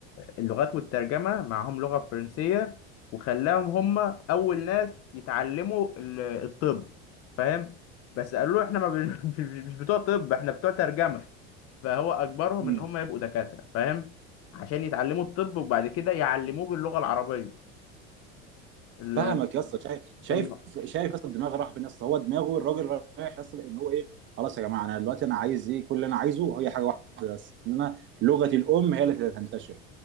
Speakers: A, on the left; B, on the right.
A: اللغات والترجمه معاهم لغه فرنسيه وخلاهم هم اول ناس يتعلموا ال- الطب فاهم بس قالوا له احنا ما بن... <laughs> مش بتوع طب احنا بتوع ترجمه فهو اجبرهم
B: مم.
A: ان هم يبقوا دكاتره فاهم عشان يتعلموا الطب وبعد كده يعلموه باللغه العربيه ال-
B: فاهمك يا اسطى شايف شايف
A: الم...
B: شايف يا اسطى الدماغ راح فين يا اسطى هو دماغه الراجل رايح يا اسطى ان هو ايه خلاص يا جماعة انا دلوقتي انا عايز ايه كل اللي انا عايزه هي حاجة واحدة بس ان انا لغتي الام هي اللي تنتشر